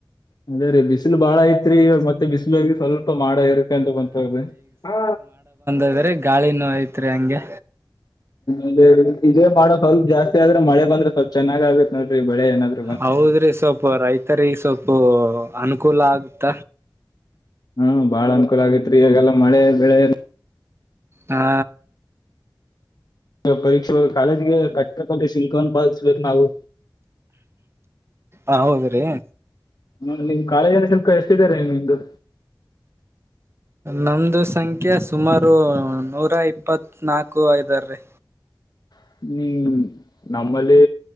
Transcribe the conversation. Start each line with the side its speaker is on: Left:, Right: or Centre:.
Left: ಅದ ರೀ ಬಿಸಿಲು ಬಾಳ ಆಯತ. ಅದ ರಿ ಮತ್ತೆ ಬಿಸಿಲೊಗಿ ಸ್ವಲ್ಪ ಮಾಡ ಎರುಕಂತ ಬಂತದೆ ಹಾ.
Right: ದ್ರೆ ಗಾಳಿನು ನೋಯತ. ತ್ರಿ ಹಂಗೆ.
Left: ಇದೇ ಇದೆ ಮಾಡೋ ಸ್ವಲ್ಪ್ ಜಾಸ್ತಿ ಆದ್ರೆ ಮಳೆ ಬಂದ್ರೆ ಸ್ವಲ್ಪ್ ಚೆನ್ನಾಗತ್ತ ನೋಡ್ರಿ ಬೆಳೆ ಏನಾದೂ.
Right: ಹೌದ್ರಿ ಸ್ವಪ್ಪ ರೈತರಿಗೆ ಸ್ವಪ್ಪು ಅನುಕೂಲ ಆಗ್ತ.
Left: ಹ ಬಾಳ ಅನುಕೂಲ ಆಗೈತ್ರಿ ಈಗೆಲ್ಲಾ ಮಳೆ ಬೆಳೆ.
Right: ಹಾ
Left: ಪರೀಕ್ಷೆ ಕಾಲೇಜಿಗೆ ಕಟ್ಟಕೊಂಡ ಸಿಲ್ಕನ್ ಬಳಸ್ಬೇಕು ನಾವು.
Right: ಹ ಹೌದ್ರೀ
Left: ಹ ನಿಮ್ಮ ಕಾಲೇಜಲ್ಲಿ ಶುಲ್ಕ ಎಸ್ಟಿದೆರಿ ನಿಮ್ಮದು.
Right: ನಮ್ಮದು ಸಂಖ್ಯೆ ಸುಮಾರು ನೂರಾ ಇಪ್ಪತ್ತ್ನಾಲ್ಕು ಐದಾರ ರೀ.
Left: ಹು ನಮ್ಮಲ್ಲಿ